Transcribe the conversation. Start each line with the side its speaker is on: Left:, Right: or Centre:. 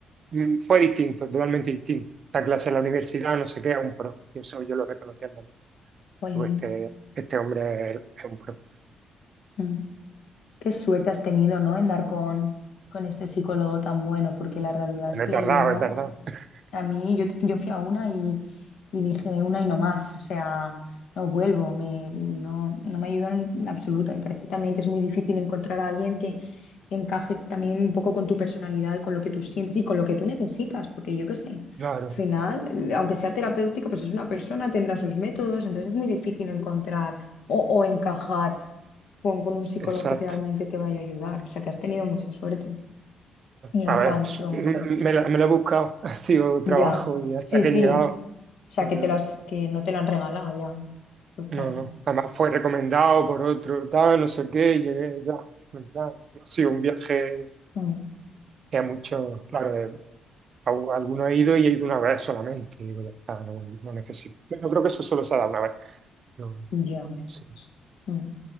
Right: mm, fue distinto, totalmente distinto. Esta clase en la universidad, no sé qué, es un pro. Y eso yo lo reconocí al momento.
Left: Jolín,
Right: Tú, Este, este hombre es, un pro.
Left: Mm. Qué suerte has tenido, ¿no? En dar con, con este psicólogo tan bueno, porque la realidad es
Right: No
Left: que
Right: es tardado,
Left: yo
Right: es tardado. <laughs>
Left: A mí, yo, yo fui a una y, y dije una y no más, o sea, no vuelvo, me, no, no me ayudó en absoluto. Me parece también que es muy difícil encontrar a alguien que, que encaje también un poco con tu personalidad, con lo que tú sientes y con lo que tú necesitas, porque yo qué sé, al
Right: Claro,
Left: final, eh, aunque sea terapéutico, pues es una persona, tendrá sus métodos, entonces es muy difícil encontrar o, o encajar con, con un psicólogo
Right: exacto.
Left: que realmente te vaya a ayudar, o sea, que has tenido mucha suerte. Y en
Right: A
Left: cuanto,
Right: ver, pues, me, me la- me lo he buscado, <laughs> ha sido trabajo
Left: ya,
Right: y hasta
Left: sí,
Right: que
Left: sí.
Right: he llegado,
Left: O sea,
Right: y
Left: que
Right: yo,
Left: te
Right: eh,
Left: lo has- que no te lo han regalado ya. Total.
Right: no, no, además fue recomendado por otro, tal, no sé qué, y llegué, ya, en plan, no ha sido un viaje
Left: Mm,
Right: que a muchos, claro, de- a, u- alguno he ido y he ido una vez solamente, y digo, ya está, no, no necesito. Yo creo que eso solo se ha dado una vez, pero
Left: ya.
Right: sí,
Left: Mm.